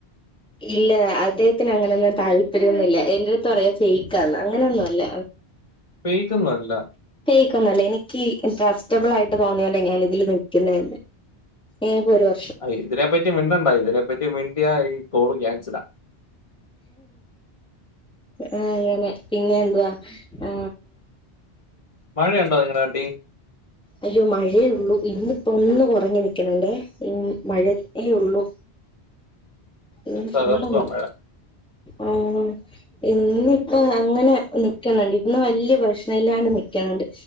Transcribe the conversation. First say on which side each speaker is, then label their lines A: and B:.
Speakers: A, in the centre; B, on the left.
A: ഇല്ല അദ്ദേഹത്തിന് അങ്ങനൊന്നും താല്പര്യംന്നുല്ല എന്റെ അടുത്തറിയും ഫേക്കാന്ന് അങ്ങനൊന്നും ഇല്ല
B: ഫേക്കൊന്നല്ല
A: തേക്കൊന്നല്ല എനിക്ക് ട്രസ്റ്റബിളായിട്ട് തോന്നിയെതെഞ്ഞാല് ഇതില് നിക്ക്ന്നെ ഏം പോരോ
B: അ ഇതിനെപ്പറ്റി മിണ്ടണ്ട ഇതിനെപ്പറ്റി മിണ്ടിയാല് കോള് ക്യാൻസലാ
A: ആ അങ്ങനെ പിന്നെ എന്തുവാ ആ
B: മഴയൊണ്ടോ നിങ്ങടെ നാട്ടി
A: അയ്യോ മഴയേള്ളൂ ഇന്ന്പ്പോ ഒന്ന് കൊറഞ് നിക്ക്ണ് ണ്ടേ മഴയേ ഉള്ളൂ
B: പനി
A: ഇന്ന്
B: പകർത്തോ
A: ഫുള്ള്
B: മഴ
A: ആഹ് ഇന്നിപ്പോ അങ്ങനെ നിക്കണ് ഇന്ന് വല്ല്യ പ്രശ്നല്ലാണ്ട് നിക്കണ് ണ്ട്